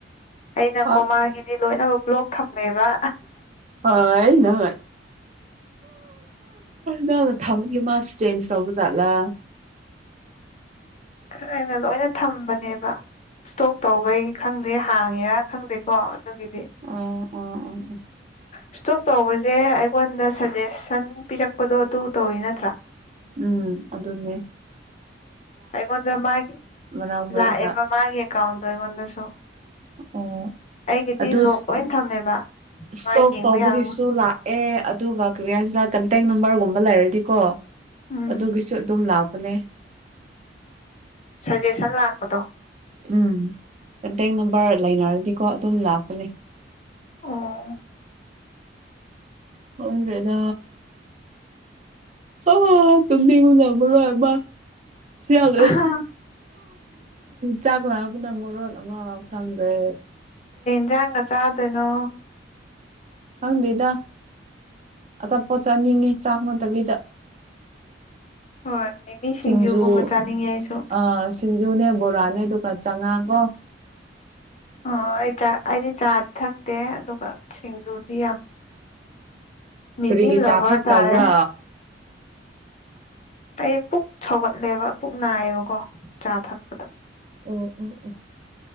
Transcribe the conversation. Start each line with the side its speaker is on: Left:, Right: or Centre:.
Left: ꯑꯩꯅꯀꯣ
Right: ꯑ
Left: ꯃꯥꯒꯤꯗꯤ ꯂꯣꯏꯅꯃꯛ ꯕ꯭ꯂꯣꯛ ꯊꯝꯅꯦꯕ
Right: ꯍ ꯅ ꯅꯅ ꯊꯝ ꯌ ꯃꯥꯁ ꯆꯦꯟꯖ ꯇꯧꯕ ꯆꯠꯂ
Left: ꯍꯥꯏꯥꯏꯅ ꯂꯣꯏꯅ ꯊꯝꯕꯅꯦꯕ ꯏꯁꯇꯣꯛ ꯇꯧꯕꯩ ꯈꯪꯗꯦ ꯍꯥꯡꯉꯦꯔꯥ ꯈꯪꯗꯦꯀꯣ ꯑꯗꯨꯒꯤꯗꯤ
Right: ꯑ ꯑ ꯑ
Left: ꯏꯁꯇꯣꯛ ꯇꯧꯕꯁꯦ ꯑꯩꯉꯣꯟꯗ ꯁꯖꯦꯁꯟ ꯄꯤꯔꯛꯄꯗꯣ ꯑꯗꯨ ꯇꯧꯋꯤ ꯅꯠꯇ꯭ꯔꯥ
Right: ꯎꯝ ꯑꯗꯨꯗꯟꯅꯦ
Left: ꯑꯩꯉꯣꯟꯗ ꯃꯥꯒꯤ
Right: ꯃꯔꯛ ꯃꯔꯛꯇ
Left: ꯂꯥꯛꯑꯦꯕ ꯃꯥꯒꯤ ꯑꯦꯀꯥꯎꯟꯗꯣ ꯑꯩꯉꯣꯟꯗꯁꯨ
Right: ꯑꯣ
Left: ꯑꯩꯒꯤꯗꯤ
Right: ꯑꯗꯨ
Left: ꯂꯣꯛ ꯂꯣꯏ ꯊꯝꯃꯦꯕ
Right: ꯏꯁꯇꯣꯛ
Left: ꯃꯥ ꯌꯦꯡꯕ
Right: ꯇꯧꯕꯒꯤꯁꯨ
Left: ꯌꯥꯔꯝꯃꯣ
Right: ꯂꯥꯛꯑꯦ ꯑꯗꯨꯒ ꯀ꯭ꯔꯤꯌꯥꯁꯤꯗ ꯀꯟꯇꯦꯛ ꯅꯝꯕꯔꯒꯨꯝꯕ ꯂꯩꯔꯗꯤꯀꯣ
Left: ꯎꯝ
Right: ꯑꯗꯨꯒꯤꯁꯨ ꯑꯗꯨꯝ ꯂꯥꯛꯄꯅꯦ
Left: ꯁꯖꯦꯁꯟ ꯂꯥꯛꯄꯗꯣ
Right: ꯎꯝ ꯀꯟꯇꯦꯛ ꯅꯝꯕꯔ ꯂꯩꯅꯔꯗꯤꯀꯣ ꯑꯗꯨꯝ ꯂꯥꯛꯀꯅꯤ
Left: ꯑꯣ
Right: ꯑꯣꯗ꯭ꯔꯦꯗꯦ ꯑ ꯇꯨꯕꯤꯒꯨꯗꯕ ꯃꯥ ꯁꯤ ꯑꯣ
Left: ꯑꯍꯥ
Right: ꯆꯥꯛ ꯂꯥꯛ ꯀ ꯅ ꯃꯔꯔ ꯑꯃ ꯑꯣꯀꯗꯦ
Left: ꯏꯟꯖꯥꯡꯒ ꯆꯥꯗꯣꯏꯅꯣ
Right: ꯈꯪꯗꯦꯗ ꯑꯆꯥꯄꯣꯠ ꯆꯥꯅꯤꯡꯉꯤ ꯆꯥꯛ ꯃꯗꯕꯤꯗ
Left: ꯍꯣꯏ ꯃꯤꯃꯤ
Right: ꯁꯤꯡꯖꯨ
Left: ꯁꯤꯡꯖꯨꯒꯨꯝꯕ ꯆꯥꯅꯤꯡꯉꯦ ꯑꯩꯁꯨ
Right: ꯑ ꯁꯤꯡꯖꯨꯅꯦ ꯕꯣꯔꯥꯅꯦ ꯀ ꯆꯉꯥꯡꯒꯣ
Left: ꯑꯣ ꯑꯩ ꯆꯥ ꯑꯩꯗꯤ ꯆꯥꯗꯤ ꯊꯛꯇꯦ ꯑꯗꯨ ꯖꯨꯗꯤ ꯃꯤꯃꯤ
Right: ꯀꯔꯤꯒꯤ
Left: ꯂꯚꯔ
Right: ꯆꯥ ꯊꯛꯇꯕ꯭ꯔꯥ
Left: ꯇꯥꯔꯦ ꯀ ꯄꯨꯛ ꯁꯧꯒꯠꯂꯦꯕ ꯄꯨꯛ ꯅꯥꯏꯌꯦꯕꯀꯣ ꯆꯥ ꯊꯛꯄꯗ
Right: ꯎꯝ ꯎꯝ ꯎꯝ